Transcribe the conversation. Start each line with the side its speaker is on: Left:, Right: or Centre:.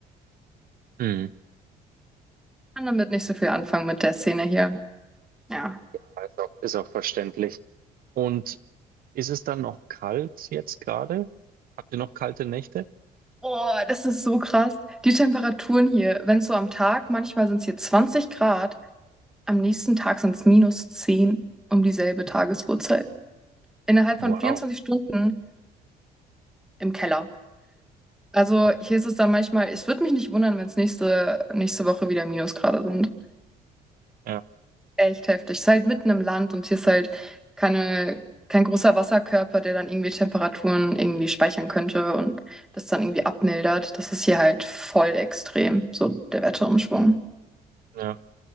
Right: Mhm.
Centre: ich kann damit nicht so viel anfangen mit der Szene hier. Ja.
Right: Ja, Ist auch, ist auch verständlich. Und ist es dann noch kalt jetzt gerade? Habt ihr noch kalte Nächte?
Centre: Oh, das ist so krass. Die Temperaturen hier, wenn es so am Tag, manchmal sind es hier 20 Grad. Am nächsten Tag sind es minus 10 um dieselbe Tagesuhrzeit. Innerhalb
Right: Wow.
Centre: von 24 Stunden im Keller. Also
Right: Okay.
Centre: hier ist es dann manchmal, es würde mich nicht wundern, wenn es nächste, nächste Woche wieder Minusgrade sind.
Right: Ja,
Centre: Echt heftig. Es ist halt mitten im Land und hier ist halt keine, kein großer Wasserkörper, der dann irgendwie Temperaturen irgendwie speichern könnte und das dann irgendwie abmildert. Das ist hier halt voll extrem, so der Wetterumschwung.
Right: ja.